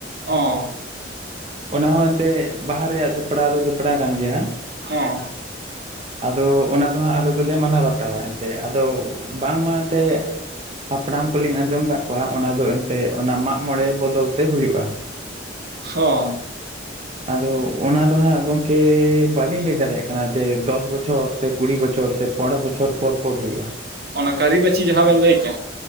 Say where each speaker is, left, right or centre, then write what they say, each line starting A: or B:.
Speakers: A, on the right (about 55°); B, on the right (about 30°).
A: ᱚ
B: ᱚᱱᱟ ᱦᱚ ᱮᱱᱛᱮ ᱵᱟᱦᱟ ᱨᱮᱭᱟᱜ ᱡᱚᱯᱲᱟᱣ ᱫᱚ ᱡᱚᱯᱲᱟᱣ ᱠᱟᱱ ᱜᱮᱭᱟ᱾
A: ᱦᱮᱸ
B: ᱟᱫᱚ ᱚᱱᱟ ᱫᱚ ᱦᱟᱜ ᱟᱞᱮ ᱫᱚᱞᱮ ᱢᱟᱱᱟᱣ ᱵᱟᱛᱟᱣᱼᱟ ᱮᱱᱛᱮ ᱟᱫᱚ ᱵᱟᱝᱢᱟ ᱮᱱᱛᱮ, ᱦᱟᱯᱲᱟᱢ ᱠᱚᱞᱤᱧ ᱟᱸᱡᱚᱢ ᱟᱠᱟᱫ ᱠᱚᱣᱟ ᱚᱱᱟ ᱫᱚ ᱮᱱᱛᱮ ᱫᱚ ᱚᱱᱟ ᱢᱟᱜ ᱢᱚᱬᱮ ᱵᱚᱫᱚᱞ ᱛᱮ ᱦᱩᱭᱩᱜᱼᱟ᱾
A: ᱦᱚᱸ <unintelligible>
B: ᱟᱫᱚ ᱚᱱᱟ ᱫᱚ ᱦᱟᱸᱜ ᱜᱚᱝᱠᱮ ᱵᱟᱹᱞᱤᱧ ᱞᱟᱹᱭ ᱫᱟᱲᱮᱭᱟ-ᱜ ᱠᱟᱱᱟ, ᱥᱮ ᱫᱚᱥ ᱵᱚᱪᱷᱚᱨ ᱥᱮ ᱠᱩᱲᱤ ᱵᱚᱪᱷᱚᱨ ᱥᱮ ᱯᱚᱱᱮᱨᱚ ᱵᱚᱪᱷᱚᱨ ᱯᱚᱨ ᱯᱚᱨ ᱦᱩᱭᱩᱜᱼᱟ᱾
A: ᱚᱱᱟ ᱠᱟᱹᱨᱤ ᱵᱟᱹᱪᱷᱤ ᱡᱟᱦᱟᱸ ᱵᱮᱱ ᱞᱟᱹᱭ ᱠᱮᱭᱟ,